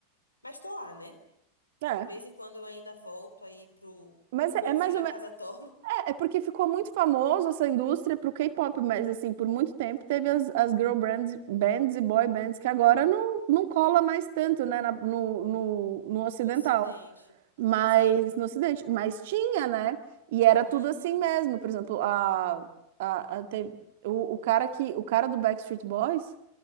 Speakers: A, on the left; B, on the right.
A: Mas tô lá, né?
B: é.
A: De vez em quando eu ainda volto aí pro
B: Mas
A: o
B: é,
A: Bom
B: é mais
A: Filho
B: ou
A: a casa torna
B: É porque ficou muito famoso essa indústria pro K-pop, mas assim, por muito tempo teve as, as girl brands, bands e boy bands que agora não, não cola mais tanto, né, na- no, no,
A: <laughs>
B: no ocidental,
A: no Ocidente.
B: mas
A: Sim.
B: no ocidente, mas tinha, né? E era
A: Uhum.
B: tudo assim mesmo. Por exemplo, a, a, a te- o, o cara que o cara do Backstreet Boys,